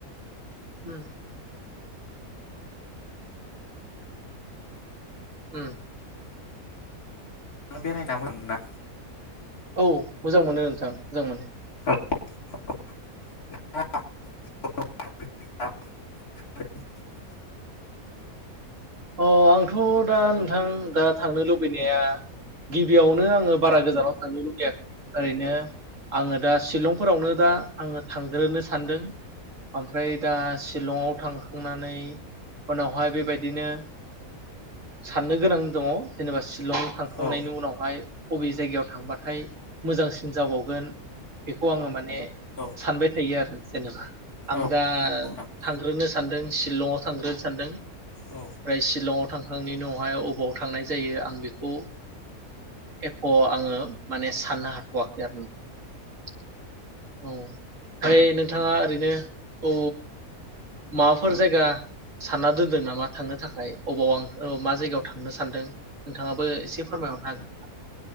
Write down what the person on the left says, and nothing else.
आं बेरायनानै मोना
<unintelligible>
औ
औ
औ
नंगौ नोंथां
औ